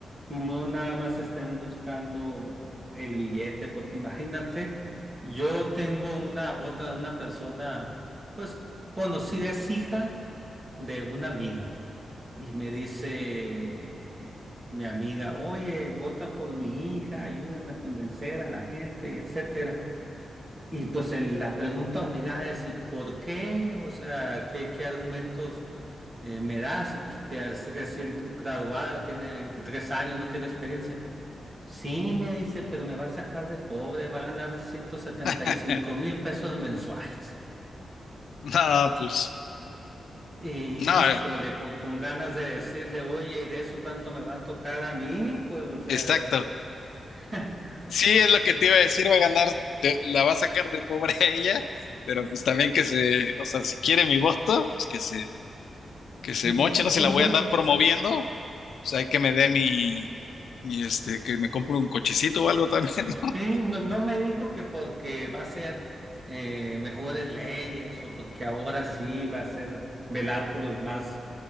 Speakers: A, on the right; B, on the left.
A: y no nada más estén buscando el billete, porque imagínate, yo tengo una otra, una persona, pues conocida, es hija de una amiga. Y me dice mi amiga, oye, vota por mi hija, ayúdame a convencer a la gente, y etcétera. Y pues el- la pregunta obligada es, ¿y por qué? O sea, ¿qué, qué argumentos eh, me das? Y, pues, Te has recién tu- graduada, tiene 23 años, no tiene experiencia. Sí, me dice, pero me va a sacar de pobre, va a ganar ciento setenta
B: <laughs>
A: y cinco mil pesos mensuales.
B: No, pues,
A: Y,
B: no,
A: híjole,
B: eh,
A: con, con ganas de decirle, oye, ¿y de eso cuánto me va a tocar a mí? Pues, o sea,
B: exacto.
A: <laughs>
B: Sí, es lo que te iba a decir, va a ganar, te- la va a sacar de pobre a ella, pero pues también que se, o sea, si quiere mi voto, pues que se, que se
A: no,
B: moche, no se la voy a andar promoviendo, o sea, hay que me dé mi, mi, este, que me compre un cochecito o algo también, <laughs> ¿no?
A: sí, no- no me dijo que porque va a ser eh, mejores leyes o porque ahora sí va a ser velar por los más,